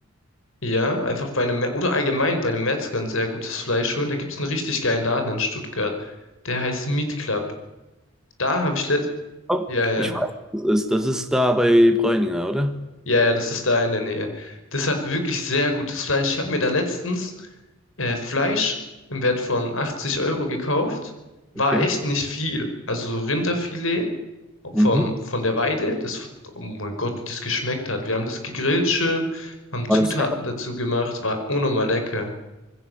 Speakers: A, on the left; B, in the centre.
A: Ja, einfach bei einem, Me- oder allgemein bei einem Metzger ein sehr gutes Fleisch holen. Da gibt es einen richtig geilen Laden in Stuttgart. Der heißt Meat Club. Da habe ich letzt,
B: Oh,
A: ja, ja.
B: ich weiß, was das ist. Das ist da bei Bräuninger, oder?
A: Ja, ja, das ist da in der Nähe. Das hat wirklich sehr gutes Fleisch. Ich habe mir da letztens äh, Fleisch im Wert von 80 Euro gekauft. War
B: Okay.
A: echt nicht viel. Also so Rinderfilet vom,
B: Mhm.
A: von der Weide. Das, oh mein Gott, wie das geschmeckt hat. Wir haben das gegrillt schön, haben Zutaten
B: War das?
A: dazu gemacht. War unnormal lecker.